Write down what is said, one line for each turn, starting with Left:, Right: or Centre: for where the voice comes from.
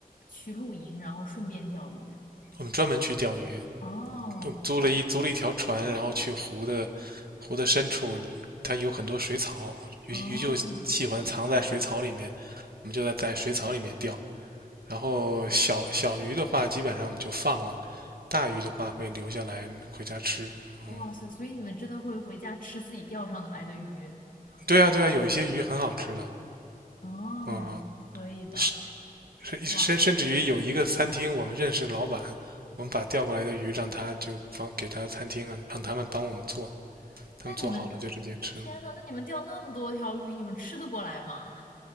Left: 去露营，然后顺便钓鱼？
Right: 我们专门去钓鱼，
Left: 哦
Right: 我们租了一租了一条船，然后去湖的湖的深处，它有很多水草，鱼鱼就喜欢藏在水草里面，
Left: 哦，
Right: 我们就在在水草里面钓，然后小小鱼的话，基本上我们就放了，大鱼的话会留下来回家吃。嗯，
Left: 哇塞，所以你们真的会回家吃自己钓上来的鱼？
Right: 对啊，对啊，有一些鱼很好吃的。
Left: 哦，
Right: 嗯，
Left: 可以的。
Right: 甚甚甚甚至于有一个餐厅，
Left: 哇，
Right: 我们认识老板，我们把调过来的鱼让他就放给他餐厅，让他们帮我们做，他们做好了就直接吃了。
Left: 那你们，天呐，那你们钓那么多条鱼，你们吃得过来吗？